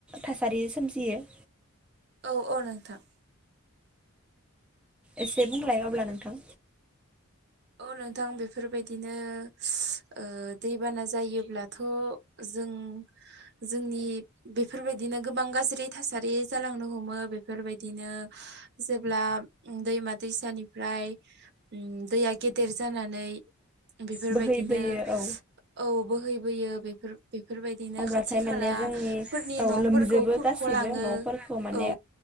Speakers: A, in the centre; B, on the right.
A: थासारि सोमजियो?
B: औ औ नोंथां।
A: एसे बुंलाया अब्ला नोंथां?
B: औ नोंथां बेफोरबायदिनो ओ दैबाना जायोब्लाथ' जों उम जोंनि बेफोरबायदिनो गोबां गाज्रि थासारि जालांनो हमो बेफोर बाय यदिनो जेब्ला दैमा दैसानिफ्राय दैया गेदेर जानानै बेफोरबायदिनो
A: बोहैबोयो औ
B: औ बोहैबोयो बेफोर बेफोरबायदिनो
A: अब्लाथाय
B: खाथि खाला
A: माने जोंनि
B: फोरनि
A: औ
B: न'फोरखौ
A: लोमजोबो
B: खुरख'लाङो
A: गासैबो न'फोरखौ माने
B: औ